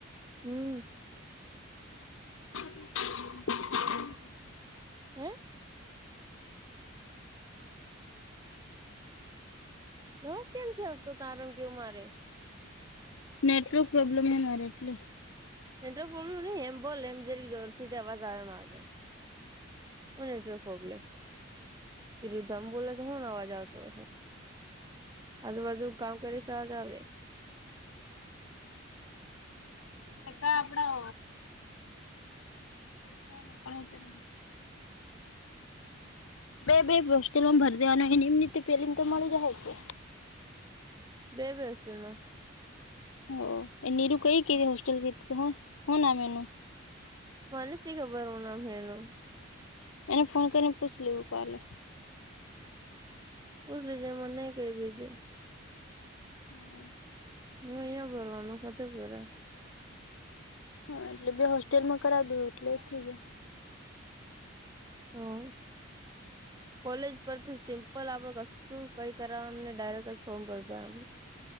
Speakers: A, on the right; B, on the left.
A: હમ.
B: <inaudible>
A: હે? દસ કેમ છે? આવતો તાર ગવું મારે.
B: નેટવર્ક પ્રોબ્લેમ નરે એટલે.
A: એ પ્રબ્લેમ નહી, એમ બોલ એમ જે જરૂર આ આવે મારા ભાઈ. અને જો કોગલે. તિરુ ધમ બોલ તો, હન અવાજ આવતો હ. આજું બધું કામ કરી સવાજ આવે.
B: તકા આપડા. અચ્છા, ના કોણ હજમક? બે-બે પોસ્ટલમાં ભરી દેવાનું, એ એમ ફેલમ તો મળી રહે છે.
A: બે બેશે ને.
B: હો એ નનીરું કહી કે, હોસ્ટલ હને આ મેનુ.
A: મનેસ થી ખબર હો ના ફેનો.
B: એને ફોન કરીને, પૂછી લેવું કાલે.
A: બછજ મને ક દીજ.
B: હમ.
A: હું અહીં ભરવાનું કતે ભરાય.
B: હા, એટલે બે હોસ્ટેલ માં કરાવ દું, એટલે એ થઈ જાય.
A: તો.
B: હ <unintelligible>
A: કોલેજ પરથી સિમ્પલ આપડે કશું કઈ કરવાનુંને, ડાયરેક્ટ જ ફોર્મ ભરી દેવાનું.